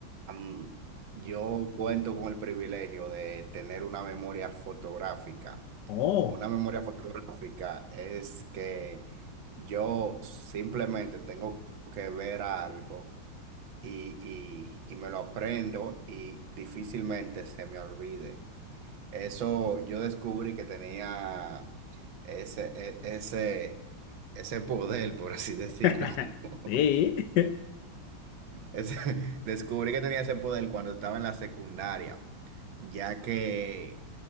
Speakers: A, on the right; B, on the left.
A: am, yo cuento con el privilegio de tener una memoria fotográfica.
B: Oh,
A: Una memoria fotográfica es que yo simplemente tengo que ver algo y, y y me lo aprendo y difícilmente se me olvide. Eso yo descubrí que tenía ese, e- ese, ese poder, por así decirlo.
B: <laughs>
A: <laughs>
B: sí.
A: Ese- descubrí que tenía ese poder cuando estaba en la secundaria, ya que